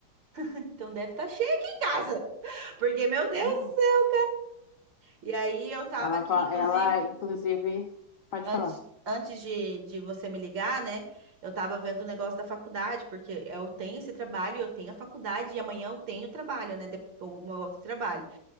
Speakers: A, on the right; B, on the left.
A: Então deve estar cheio aqui em casa. Porque meu Deus
B: Uhum.
A: do céu. E aí eu tava
B: Ela,
A: aqui,
B: fa-
A: inclusive,
B: ela, inclusive, pode
A: Antes,
B: falar.
A: antes de, de você me ligar, né? Eu tava vendo o negócio da faculdade, porque eu tenho esse trabalho, eu tenho a faculdade, e amanhã eu tenho trabalho, né? de- O meu outro trabalho.